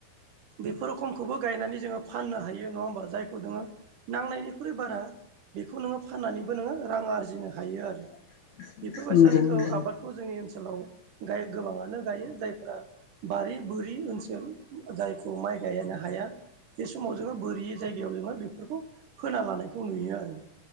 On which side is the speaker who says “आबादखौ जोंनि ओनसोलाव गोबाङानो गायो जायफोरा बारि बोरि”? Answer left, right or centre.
Right